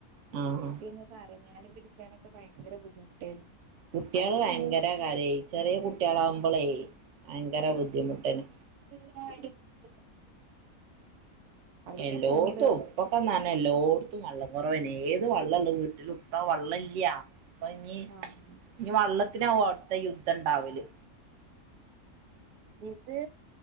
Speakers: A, on the right; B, on the right.
A: ആഹ്
B: കുട്ടിന്ന്
A: ആഹ്
B: പറ ഞാൻ <unintelligible> പടിക്കാനൊക്കെ ഭയങ്കര ബുദ്ധിമുട്ടായിരുന്നു
A: കുട്ടികള്
B: അതിന്
A: ഭയങ്കര
B: മുൻ
A: കാര്യായി ചെറിയ
B: ഉം
A: കുട്ടികളാകുമ്പോളേ ഭയങ്കര ബുദ്ധിമുട്ടന്
B: ആ <unintelligible> അവിടേക്കാ
A: എല്ലായിടത്തും
B: പോവ്ണ്ട് പറഞ്ഞിട്ട്
A: ഉപ്പൊക്കെന്നന്നെ എല്ലായിടത്തും വള്ള കുറവന് ഏത് വെള്ളല്ലോ വീട്ടില ഇപ്പ്ര വെള്ളല്ല അപ്പ ഇനി
B: ആഹ്
A: ഇനി വള്ളത്തി ത്തി അവിടുത്തെ യുദ്ധം ഉണ്ടാവല്
B: ഇത്